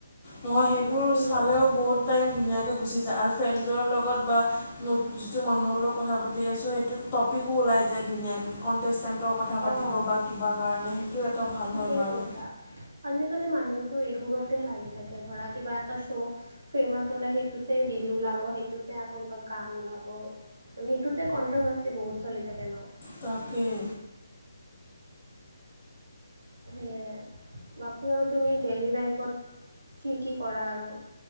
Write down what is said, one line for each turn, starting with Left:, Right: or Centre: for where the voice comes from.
Left: নহয় সেইবোৰ
Right: বাকী
Left: চালেও
Right: আৰু
Left: বহুত টাইম ধুনীয়াকে গুচি যায়, আৰু ফ্ৰেণ্ডছৰ লগত বা যিটো মানুহৰ লগত কথা পাতি আছো সেইটো টপিকো ওলাই যায় ধুনীয়াকে কনটেষ্টেণ্ট কথা পাতিব
Right: অ',
Left: বা কিবা কাৰণে সেইটো এটা ভাল।
Right: ঠিকেই
Left: হয় বাৰু
Right: কৈছা। আজিকালি মানুহেতো এইবোৰতে লাগি থাকে ধৰা কিবা এটা শ্ব' ফেমাচ হ'লে সেইটোতে ৰীল ওলাব, সেইটোতে আকৌ কিবা গান ওলাব। মানে সেইটোতে কনট্ৰভাৰ্চি বহুত চলি থাকে ন'।
Left: তাকেই।
Right: সেয়ে, বাকী আৰু তুমি ডেইলী লাইফত কি কি কৰা আৰু?